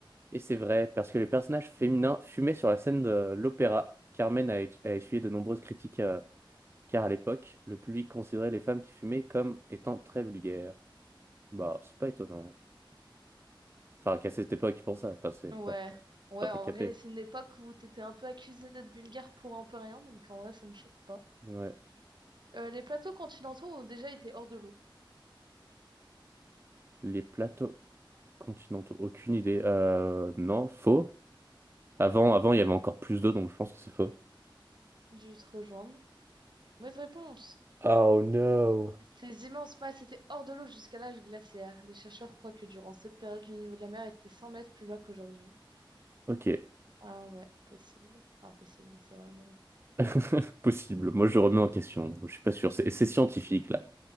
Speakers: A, on the right (about 30°); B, on the right (about 60°).
A: Et c'est vrai, parce que les personnages féminins fumaient sur la scène de l'opéra. Carmen a, a essuyé de nombreuses critiques, euh, car à l'époque, le public considérait les femmes qui fumaient comme étant très vulgaires. Bah, c'est pas étonnant. Enfin, qu'à cette époque, ils pensaient. Enfin, c'est
B: Ouais.
A: pas le cas.
B: Ouais,
A: Enfin,
B: en
A: t'as capté.
B: vrai, c'est une époque où t'étais un peu accusé d'être vulgaire pour un peu rien, donc en vrai, ça me choque pas.
A: Ouais.
B: Euh, les plateaux continentaux ont déjà été hors de l'eau.
A: Les plateaux continentaux, aucune idée. Euh, non, faux. Avant, avant, il y avait encore plus d'eau, donc je pense que c'est faux.
B: Je vais te rejoindre. Mauvaise réponse!
A: Oh no.
B: Ces immenses masses étaient hors de l'eau jusqu'à l'âge glaciaire. Les chercheurs croient que durant cette période, le niveau de la mer était 100 mètres plus bas qu'aujourd'hui.
A: Ok.
B: Ah ouais, possible. Enfin, possible, c'est vrai, mais...
A: <laughs> Possible. Moi, je remets en question. Je suis pas sûr. C'est c'est scientifique, là.